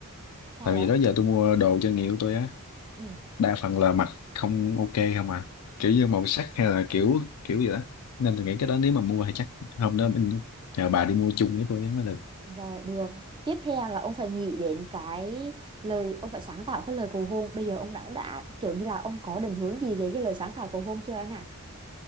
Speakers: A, on the right; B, on the left.
A: trai
B: tại vì
A: ạ
B: đó giờ tôi mua đồ cho người yêu tôi á
A: ừ.
B: đa phần là mặt không ok không à kiểu như màu sắc hay là kiểu kiểu gì đó nên tôi nghĩ cái đó nếu mà mua thì chắc hôm đó mình nhờ bà đi mua chung với tôi mới được
A: rồi được tiếp theo là ông phải nghĩ đến cái lời ông phải sáng tạo cái lời cầu hôn bây giờ ông đã đã kiểu như là ông có định hướng gì về cái lời sáng tạo cầu hôn chưa anh ạ